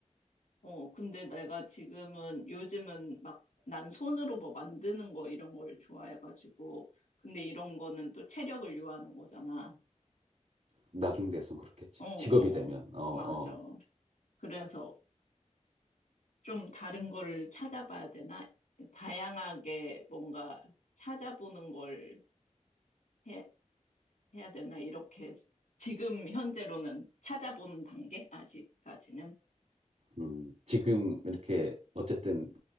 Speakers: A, on the left; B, on the right.
A: 어, 근데 내가 지금은 요즘은 막 난 손으로 뭐 만드는 거 이런 걸 좋아해가지고 근데 이런 거는 또 체력을 요하는 거잖아.
B: 나중 돼선 그렇겠지
A: 어, 어,
B: 직업이 되면
A: 어,
B: 어어
A: 맞아. 그래서 좀 다른 거를 찾아봐야 되나? 다양하게 뭔가 찾아보는 걸 해, 해야 되나? 이렇게 지금 현재로는 찾아보는 단계? 아직까지는.
B: 음 지금 이렇게 어쨌든